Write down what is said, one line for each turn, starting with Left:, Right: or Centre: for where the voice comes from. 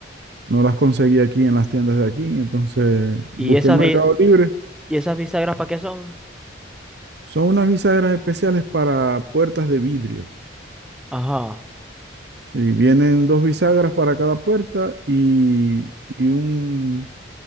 Right: no las conseguí aquí en las tiendas de aquí, entonces busqué
Centre: ¿Y esas
Right: en Mercado
Centre: bi-
Right: Libre.
Centre: y esas bisagras para qué son?
Right: Son unas bisagras especiales para puertas de vidrio.
Centre: Ajá.
Right: Sí, vienen dos bisagras para cada puerta y, y un,